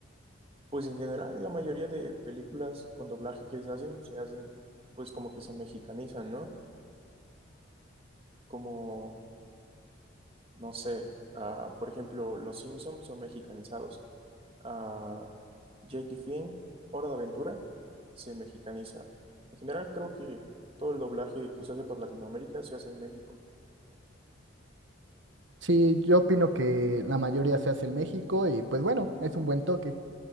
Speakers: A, on the right; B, on the right.
A: pues en general, la mayoría de películas con doblaje que se hacen, se hacen, pues como que se mexicanizan, ¿no? Como, no sé, ah, por ejemplo, Los Simpsons son mexicanizados. Ah, Jake y Finn, Hora de Aventura, se mexicaniza. En general, creo que todo el doblaje que se hace por Latinoamérica se hace en México.
B: Sí, yo opino que la mayoría se hace en México y pues bueno, es un buen toque.